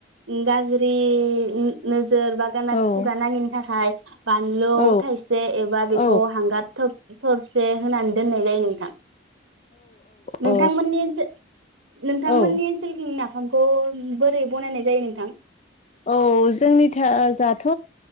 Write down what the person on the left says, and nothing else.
औ
औ
औ
औ
औ
औ जोंनि दाथ जाथ